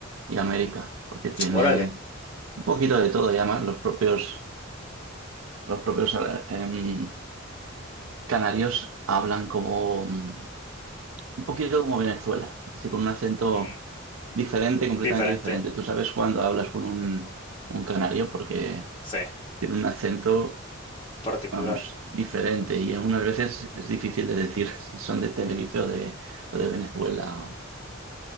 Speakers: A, on the right (about 80°); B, on the left (about 25°).
A: y América, porque tiene
B: Órale.
A: un poquito de todo, y además los propios, los propios em, canarios hablan como mm, un poquito como Venezuela, así con un acento
B: ujú,
A: diferente, completamente
B: Diferente.
A: diferente. Tú sabes cuando hablas con un, un canario porque
B: Sí,
A: tiene un acento
B: particular.
A: vamos, diferente y algunas veces es difícil de decir <laughs> si son de Tenerife o de, o de Venezuela. o-